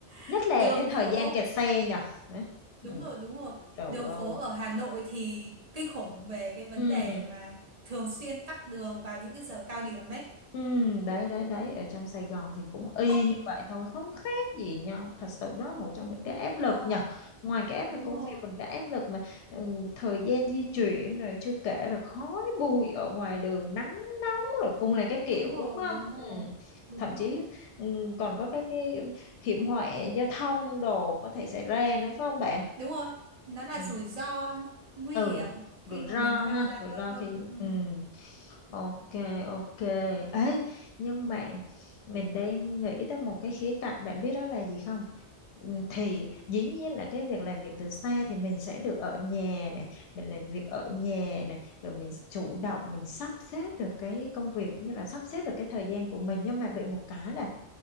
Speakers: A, on the left; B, on the right.
A: nhất
B: <laughs>
A: là
B: đường
A: cái thời
B: phố
A: gian kẹt xe
B: ờ,
A: nhở đấy
B: đúng
A: ừ.
B: rồi đúng rồi
A: Trời
B: đường
A: ơi.
B: phố ở Hà Nội thì kinh khủng về cái vấn
A: Ừ.
B: đề mà thường xuyên tắc đường vào những cái giờ cao điểm ấy
A: Ừ. Đấy đấy đấy ở trong Sài Gòn thì cũng y
B: không
A: như vậy thôi không khác gì nhau thật sự đó một trong những cái áp lực
B: ờ,
A: nhở ngoài cái áp
B: đúng
A: lực công
B: rồi
A: việc còn cái áp lực mà ừ, thời gian di chuyển rồi chưa kể là khói bụi ở ngoài đường nắng rồi cung này các kiểu
B: đúng rồi
A: đúng không
B: đúng
A: ừ.
B: rồi đúng
A: thậm chí
B: rồi
A: ừ, còn có các cái hiểm họa giao thông đồ có thể xảy ra nữa phải không bạn
B: đúng rồi nó là
A: ừ,
B: rủi ro nguy
A: ừ.
B: hiểm khi
A: rủi
B: mà
A: ro
B: mình tham
A: ha
B: gia
A: rủi
B: giao
A: ro
B: thông
A: khi
B: ừ.
A: ừ. ok ok ấy nhưng mà mình đang nghĩ tới một cái khía cạnh bạn biết đó là gì không Ừ, thì dĩ nhiên là cái việc làm việc từ xa thì mình sẽ được ở nhà này mình làm việc ở nhà này rồi mình chủ động mình sắp xếp được cái công việc cũng như là sắp xếp được cái thời gian của mình nhưng mà bị một cái là